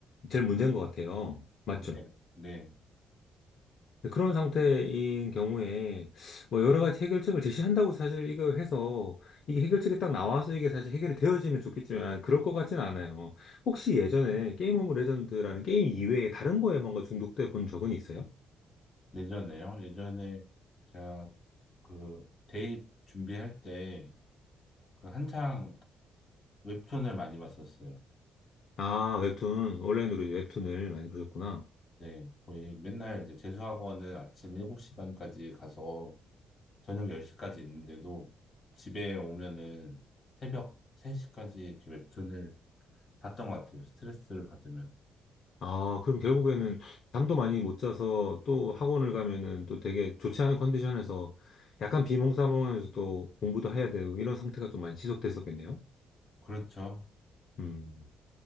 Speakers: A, on the left; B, on the left.
A: 제일 문제인 것 같아요. 맞죠?
B: 네, 네.
A: 그런 상태인 경우에 뭐 여러 가지 해결책을 제시한다고 사실 이거 해서 이게 해결책이 딱 나와서 이게 사실 해결이 되어지면 좋겠지만 아, 그럴 것 같진 않아요. 혹시 예전에 게임 오브 레전드라는 게임 이외에 다른 거에 뭔가 중독돼 본 적은 있어요?
B: 예전에요. 예전에 제가 그 대입 준비할 때 그 한창 웹툰을 많이 봤었어요.
A: 아, 웹툰, 온라인으로 웹툰을 많이 보셨구나.
B: 네, 거의 맨날 이제 재수학원은 아침 7시 반까지 가서 저녁 10시까지 있는데도 집에 오면은 새벽 3시까지 이렇게 웹툰을 봤던 것 같아요. 스트레스를 받으면.
A: 아, 그럼 결국에는 잠도 많이 못 자서 또 학원을 가면은 또 되게 좋지 않은 컨디션에서 약간 비몽사몽하면서도 공부도 해야 되고 이런 상태가 좀 많이 지속됐었겠네요.
B: 그렇죠.
A: 음.